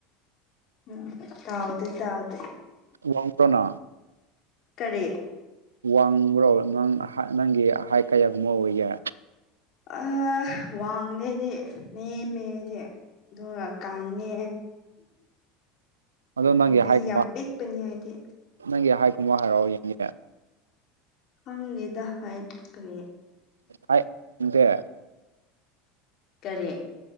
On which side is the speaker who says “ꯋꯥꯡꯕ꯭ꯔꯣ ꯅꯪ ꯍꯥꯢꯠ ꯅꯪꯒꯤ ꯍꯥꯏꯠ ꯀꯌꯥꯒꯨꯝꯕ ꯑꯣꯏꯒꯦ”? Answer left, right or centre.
Right